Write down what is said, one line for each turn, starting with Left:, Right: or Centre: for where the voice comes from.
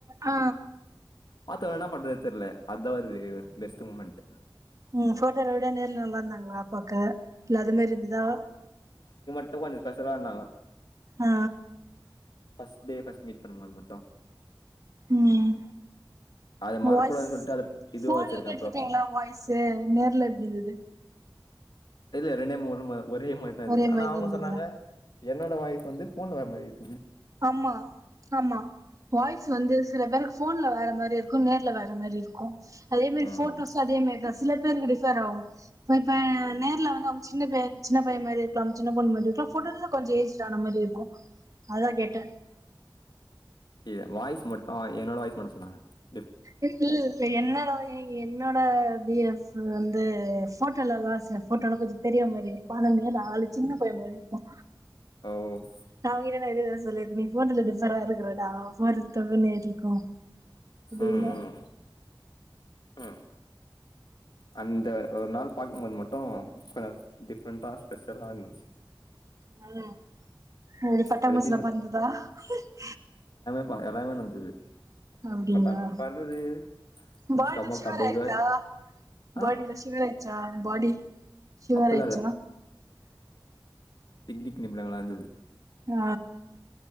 Right: ஆ
Left: பாத்தொன்ன என்ன பண்றதே தெர்ல அதா ஒரு பெஸ்ட் மூமெண்ட்
Right: ம் ஃபோட்டோல விட நேர்ல நல்லா இருந்தாங்களா பாக்க இல்ல அது மாரி இருந்துதா
Left: இன்னு கொஞ்சோ ஸ்பெஷலா இருந்தாங்க
Right: ஆ
Left: ஃபஸ்ட் டே ஃபஸ்ட் மீட் பண்ணும்போது மட்டு
Right: ம்
Left: அத
Right: உங்க
Left: மறக்கூடாதுன்னு
Right: வாய்ஸ்
Left: சொல்லிட்டு அத இதுவா
Right: ஃபோன்ல
Left: வச்சிருக்கே
Right: கேட்டிருப்பீங்களா
Left: ப்ரோ
Right: வாய்ஸ்ஸு நேர்ல எப்டி இருந்தது
Left: இல்ல ரெண்டே <unintelligible> ஒரே மாரிதா இருந்துச்சு
Right: ஒரே மாரிதா
Left: ஆனா அவங்க
Right: இருந்ததா
Left: சொன்னாங்க என்னோட வாய்ஸ் வந்து ஃபோன்ல வேற மாரி இரு
Right: ஆமா ஆமா வாய்ஸ் வந்து சில பேருக்கு ஃபோன்ல வேற மாரி இருக்கு நேர்ல வேற மாரி இருக்கு அதே மாரி
Left: ம்
Right: ஃபோட்டோஸு அதே மாரிதா சில பேர் <unintelligible> சேர் அவங் ஒருத்த நேர்ல வந்து அவங்க சின்ன பைய சின்ன பைய மாரி இருக்கலாம் சின்ன பொண்ணு மாரி இருக்கலா ஃபோட்டோ கொஞ்ச ஏஜ்டு ஆன மாரி இருக்கு அதா கேட்
Left: யே வாய்ஸ் மட்டு என்னோட வாய்ஸ் மட்டு சொ ன்னே
Right: இல் இல்ல என்னோட <unintelligible> என்னோட பி எஃப் வந்து ஃபோட்டோல எல்லா சில ஃபோட்டோல கொஞ்ச பெரியவ மாரி இருப்பா ஆனா நேர்ல ஆளு சின்ன பைய மாரி இருப்பா
Left: ஓ
Right: நா அவங்கிட்ட நெறைய தடவ சொல்லிருக்க நீ ஃபோட்டோல டிஃபரா இருக்கிறடா <unintelligible> ஏறிக்கு அப்டினா
Left: ம் ம் ம் அந்த ஒரு நாள் பாக்கும்போது மட்டு கொஞ்ச டிஃப்ரெண்ட்டா ஸ்பெஷலா இருந்துச்சு
Right: நல்லா உங்களுக்கு பட்டாம்பூச்சிலா
Left: அது எப்டி
Right: பறந்துதா ஹ <inaudible>
Left: ப்பா எல்லாமே நடந்தது
Right: அப்டிங்களா
Left: பட்டாம்பூச்சி பறந்தது
Right: பாடிலா
Left: ஸ்டொமக்
Right: சிவர்
Left: அப்டி
Right: ஆயிருக்கா
Left: இதுவா ஆ
Right: பாடிலா சிவர் ஆயிட்ச்சா பாடி சிவர்
Left: அப்பல்லா
Right: ஆயிட்ச்சா
Left: திக்திக் நிமிடங்களா இருந்தது
Right: ஆ